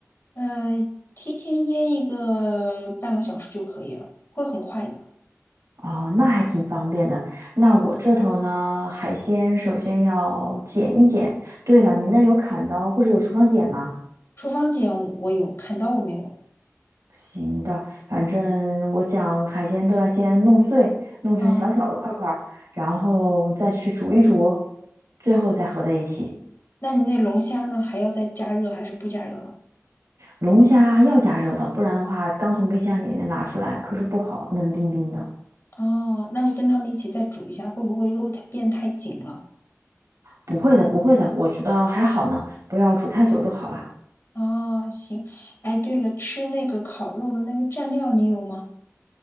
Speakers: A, on the left; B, on the right.
A: 呃，提前腌一个半个小时就可以了，会很快的。
B: 哦，那还挺方便的。那我这头呢，海鲜首先要剪一剪。对了，你那有砍刀或者有厨房剪吗？
A: 厨房剪我有，砍刀我没有。
B: 行的，反正我想海鲜都要先弄碎，弄成小小的块块儿，
A: 啊，
B: 然后再去煮一煮，最后再合在一起。
A: 那你那龙虾呢？还要再加热还是不加热了？
B: 龙虾要加热的，不然的话，刚从冰箱里面拿出来可是不好，冷冰冰的。
A: 哦，那就跟他们一起再煮一下，会不会肉太变太紧了？
B: 不会的，不会的，我觉得还好呢，不要煮太久就好了。
A: 哦，行。哎，对了，吃那个烤肉的那个蘸料你有吗？